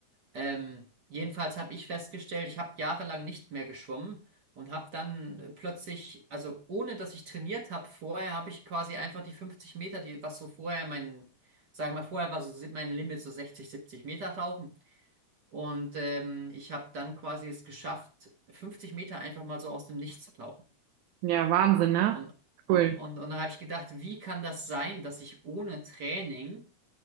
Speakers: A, on the right (about 45°); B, on the right (about 80°).
A: ähm, jedenfalls habe ich festgestellt, ich habe jahrelang nicht mehr geschwommen und habe dann plötzlich, also ohne dass ich trainiert habe, vorher habe ich quasi einfach die 50 Meter, die was so vorher mein, sagen wir mal, vorher war so si- mein Limit so 60, 70 Meter Tauchen. Und ähm, ich habe dann quasi es geschafft, 50 Meter einfach mal so aus dem Nichts zu tauchen.
B: Ja, Wahnsinn, ne?
A: Und, und,
B: Cool.
A: und dann habe ich gedacht, wie kann das sein, dass ich ohne Training